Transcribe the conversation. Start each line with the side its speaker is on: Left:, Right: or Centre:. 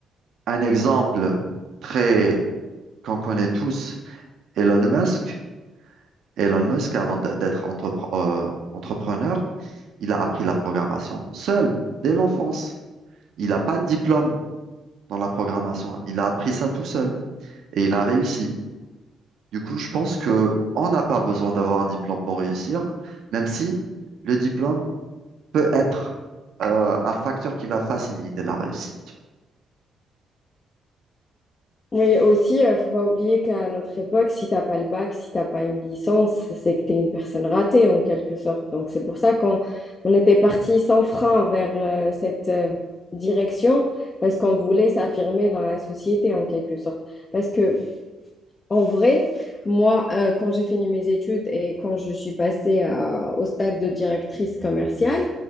Right: Un exemple très qu'on connaît tous Elon Musk. Elon Musk, avant d- d'être entrepre- euh, entrepreneur, il a appris la programmation seul, dès l'enfance. Il n'a pas de diplôme dans la programmation. Il a appris ça tout seul et il a réussi. Du coup, je pense que on n'a pas besoin d'avoir un diplôme pour réussir, même si le diplôme peut être euh, un facteur qui va faciliter la réussite.
Left: Oui, aussi, euh, faut pas oublier qu'à notre époque, si t'as pas le bac, si t'as pas une licence, c'est que tu es une personne ratée en quelque sorte. Donc c'est pour ça qu'on on était parti sans frein vers euh, cette euh, direction parce qu'on voulait s'affirmer dans la société en quelque sorte. Parce que en vrai, moi, euh, quand j'ai fini mes études et quand je suis passée à- au stade de directrice commerciale,